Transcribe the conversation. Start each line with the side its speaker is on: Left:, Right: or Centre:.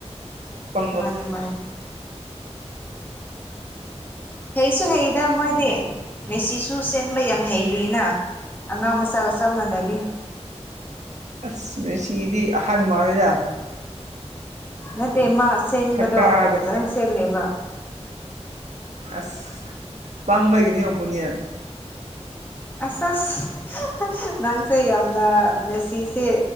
Right: ꯄꯪꯕ
Left: ꯃꯥꯅꯦ ꯃꯥꯅꯦ ꯍꯩꯁꯨ ꯍꯩꯗ ꯃꯣꯏꯗꯤ ꯃꯦꯁꯤꯁꯨ ꯆꯦꯟꯕ ꯌꯥꯝ ꯍꯩꯔꯤꯅꯥ ꯑꯉꯥꯡ ꯃꯆꯥꯒ ꯆꯞ ꯃꯥꯟꯅꯔꯤ
Right: ꯑꯁ ꯃꯦꯁꯤꯗꯤ ꯑꯍꯟ ꯃꯥꯜꯂꯦꯗꯥ
Left: ꯅꯠꯇꯦ ꯃꯥ ꯆꯦꯟꯕꯗꯣ
Right: ꯁꯛꯇꯥꯗꯣ
Left: ꯐꯖꯅ ꯆꯦꯜꯂꯦꯕ
Right: ꯑꯁ ꯄꯥꯡꯕꯒꯤꯅꯤ ꯑꯣꯄꯣꯅꯤꯌꯟ
Left: ꯑꯁ ꯑꯁ ꯅꯪꯁꯦ ꯌꯥꯝꯅ ꯃꯦꯁꯤꯁꯦ